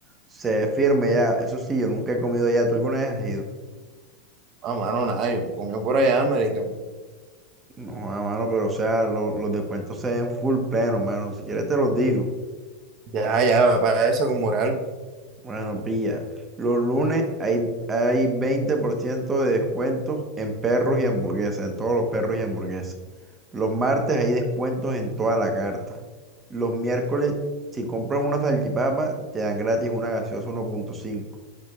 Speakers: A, on the right (about 20°); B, on the right (about 45°).
A: Se firme ya, eso sí, yo nunca he comido ya, ¿tú alguna vez has ido?
B: A mano, nada, yo me comió por allá, marica.
A: No, hermano, pero o sea, lo- los descuentos se ven full pleno, hermano. Si quieres te los digo.
B: Ya, ya, va para esa con moral.
A: Bueno, pilla. Los lunes hay, hay 20% de descuentos en perros y hamburguesas, en todos los perros y hamburguesas. Los martes hay descuentos en toda la carta. Los miércoles, si compras una salchipapa, te dan gratis una gaseosa uno punto cinco